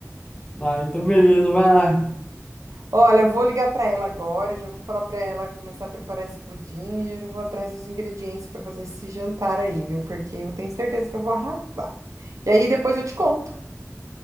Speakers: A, on the left; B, on the right.
A: Ah, então beleza, vai lá.
B: Olha, eu vou ligar para ela agora, já vou falar para ela começar a preparar esse pudim e eu já vou atrás dos ingredientes para fazer esse jantar aí, viu? Porque eu tenho certeza que eu vou arrasar. E aí depois eu te conto.